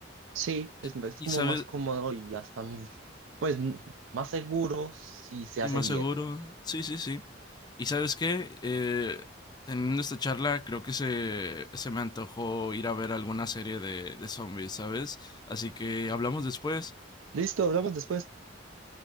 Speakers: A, on the right; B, on the left.
A: Sí, es,
B: Y,
A: es
B: y
A: como
B: sabes,
A: más cómodo y hasta, mm, pues, mm, más seguro si se
B: Y
A: hace
B: más
A: bien.
B: seguro. Sí, sí, sí. ¿Y sabes qué? Eh, teniendo esta charla, creo que se, se me antojó ir a ver alguna serie de, de zombies, ¿sabes? Así que hablamos después.
A: Listo, hablamos después.